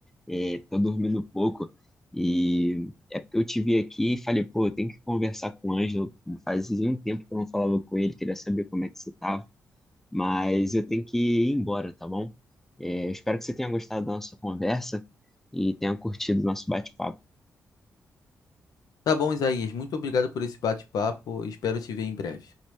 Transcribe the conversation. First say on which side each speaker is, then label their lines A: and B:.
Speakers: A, in the centre; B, on the left.
A: é, tô dormindo pouco. E é porque eu te vi aqui e falei, pô, eu tenho que conversar com o Ângelo. Fazia um tempo que eu não falava com ele, queria saber como é que você tava. Mas eu tenho que ir embora, tá bom? É, espero que você tenha gostado da nossa conversa e tenha curtido o nosso bate-papo.
B: Tá bom, Isaías. Muito obrigado por esse bate-papo. Espero te ver em breve.